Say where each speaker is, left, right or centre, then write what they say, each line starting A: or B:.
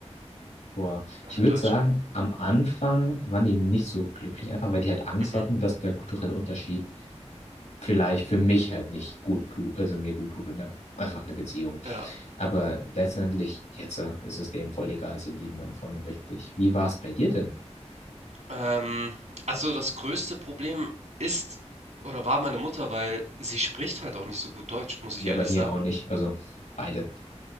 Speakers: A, on the left; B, on the right.
A: Boah,
B: eine
A: ich würde
B: deutsche.
A: sagen, am Anfang waren die nicht so glücklich, einfach weil die halt Angst
B: Mhm,
A: hatten, dass der kulturelle Unterschied vielleicht für mich halt nicht gut tut, also mir gut tut in der, einfach eine Beziehung.
B: ja.
A: Aber letztendlich, jetzt äh, ist es denen voll egal, sie lieben meine Freundin richtig. Wie war es bei dir denn?
B: Ähm, also das größte Problem ist oder war meine Mutter, weil sie spricht halt auch nicht so gut Deutsch, muss ich
A: Ja,
B: ehrlich
A: bei mir
B: sagen.
A: auch nicht, also beide.